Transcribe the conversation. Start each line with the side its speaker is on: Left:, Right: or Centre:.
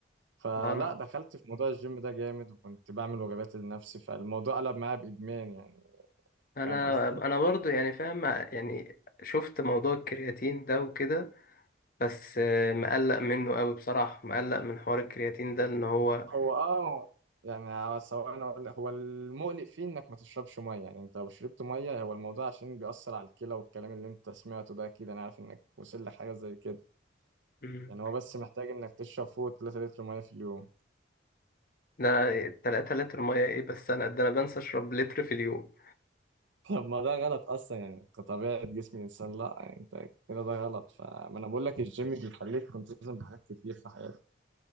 Right: فلا
Left: اه
Right: دخلت في موضوع الجيم ده جامد وكنت بعمل وجبات لنفسي فالموضوع قلب معايا بادمان يعني
Left: انا
Right: فاهم قصدي
Left: انا برضو يعني فاهم يعني شفت موضوع الكرياتين ده وكده بس آه، مقلق منه قوي بصراحة مقلق من حوار الكرياتين ده ان هو
Right: هو اه يعني هو سواء أنا أقول لك، هو المقلق فيه انك ما تشربش ميه يعني انت لو شربت ميه هو الموضوع عشان بيأثر على الكلى والكلام اللي انت سمعته ده اكيد انا عارف انك وصل لحاجه زي كده
Left: مم،
Right: يعني هو بس محتاج انك تشرب فوق 3 لتر ميه في اليوم
Left: ده 3 لتر مية ايه بس انا ده انا بنسى اشرب لتر في اليوم
Right: <laughs> طب ما ده غلط اصلا يعني كطبيعه جسم الانسان لا يعني انت كده ده غلط فما انا بقول لك الجيم بيخليك تلتزم بحاجات كتير في حياتك